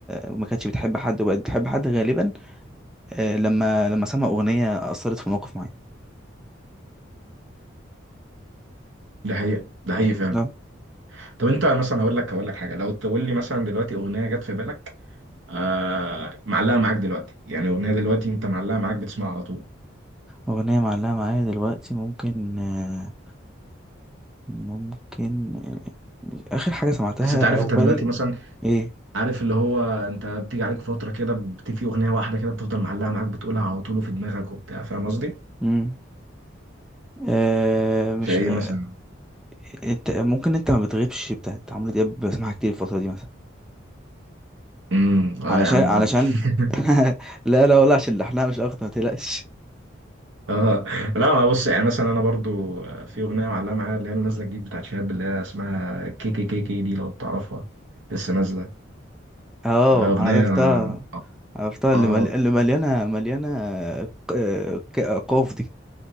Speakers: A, in the centre; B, on the right.
A: ما كانتش بتحب حد وبقت بتحب حد غالبا آه، لما لما سمع أغنية أثرت في موقف معين
B: ده حقيقي ده حقيقي فعلا
A: تمام
B: طب انت مثلا هقول لك هقول لك حاجه لو تقول لي مثلا دلوقتي اغنيه جت في بالك آه معلقه معاك دلوقتي يعني اغنيه دلوقتي انت معلقه معاك بتسمعها على طول
A: أغنية معلقة معايا دلوقتي ممكن آه، ممكن آه، آخر حاجة سمعتها
B: اصل انت عارف
A: أو
B: انت
A: بالي
B: دلوقتي مثلا
A: إيه
B: عارف اللي هو انت بتيجي عليك فتره كده بت- في اغنيه واحده كده بتفضل معلقه معاك بتقولها على طول وفي دماغك وبتاع فاهم قصدي؟
A: مم. آه مش
B: فايه
A: آه،
B: مثلا
A: انت ممكن انت ما بتغيبش بتاعت عمرو دياب بسمعها كتير الفترة دي مثلا
B: امم اه
A: علشان
B: يا عم
A: علشان
B: ودي <laughs>
A: <laughs> لا لا ولا عشان لحنها مش اكتر ما تقلقش
B: اه لا انا بص يعني مثلا انا برضو في اغنيه معلقه معايا اللي هي نازله جديد بتاعت شهاب اللي هي اسمها كي كي كي كي دي لو تعرفها لسه نازله
A: اه
B: آه، اغنيه
A: عرفتها
B: اه
A: عرفتها اللي
B: آه.
A: مل... اللي مليانة مليانة آه، ق- آه، ك- آه، قاف دي